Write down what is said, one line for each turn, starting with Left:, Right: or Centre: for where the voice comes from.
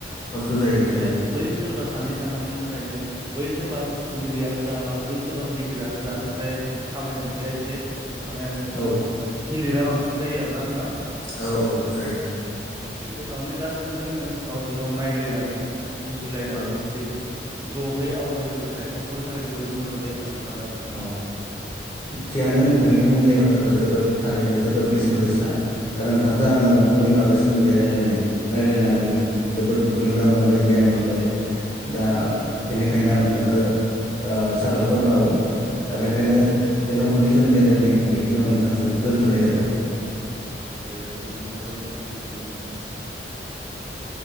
Left: खस्थ' जायो
Right: ओमबानिया
Left: जायो
Right: बैसरबा सानै साथामनि थाखायनो बै सोरबा उन्दैयानो जा बा बै सोरबा गिदिरानो जा जाय खामायगोन बेया एसे माने
Left: औ
Right: गिलिरा बांसिन जायो आरोना नोंथां
Left: औ - औ जायो
Right: बे थ दावनो गासिबो जोङो गावजों गाव नायलायनानै बुजिलायनानै
Left: औ
Right: जुदि जहै आवगायोब्लाथाय न'खरनि थाखाय जोबोद मोजां जायो होनना आं सानो आरो नोंथां
Left: औ थिगानो नोंथांनि बुंनाय बा थ्राबा जोबोद थारैनो जोबोद बेसेन
Right: औ
Left: गोसा दा नोंथांजों आङो न'खरनि बागै सोमोन्दै राय्लायनाय रायलायनानै जोबोद थुलुंगा मोनबाय
Right: ओ
Left: गियान मोनबाय
Right: आंबो जोबोद
Left: दा
Right: मोजां मोनबाय नोंथां
Left: बेनिखायनो आं नोंथांखो ओ साबायखर बावो दा बेखायनो बे न'खरनि सोमोन्दै रायलायनायखौ आं बेखिनियाव नोंथांजों दोन्थ'नाय जाबाय
Right: अ दे गोजोननाय थाबाय नोंथांनिसिमबो नोंथां उ